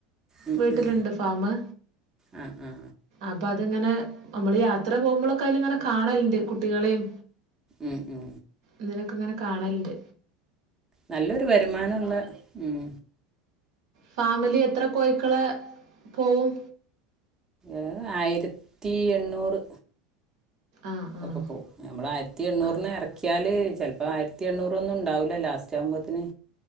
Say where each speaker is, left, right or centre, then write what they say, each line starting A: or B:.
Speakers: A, on the right (about 20°); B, on the right (about 65°).
A: ഉം
B: വീട്ടിലുണ്ട്
A: ഉം
B: ഫാമ്
A: ആ ആ ആ
B: അപ്പൊ അതിങ്ങനെ നമ്മള് യാത്ര പോകുമ്പോഴൊക്കെ അതില ഇങ്ങനെ കാണലിണ്ട് കുട്ടികളെയും
A: മ് മ്
B: ഇതിനൊക്കെ ഇങ്ങനെ കാണൽണ്ട്
A: നല്ലൊരു വരുമാനംള്ള ഉം
B: ഫാമില് എത്ര കോഴക്കള പോവും?
A: ഒരു ആയിരത്തി എണ്ണൂറ്.
B: ആഹ്
A: അപ്പപ്പോ
B: ആഹ്
A: നമ്മൾ ആയിരത്തി എണ്ണൂറിന്
B: ആ
A: ഇറക്കിയാല് ചിലപ്പോ ആയിരത്തി എണ്ണൂറൊന്നും ഉണ്ടാവില്ല ലാസ്റ്റ് ആകുബോത്തിന്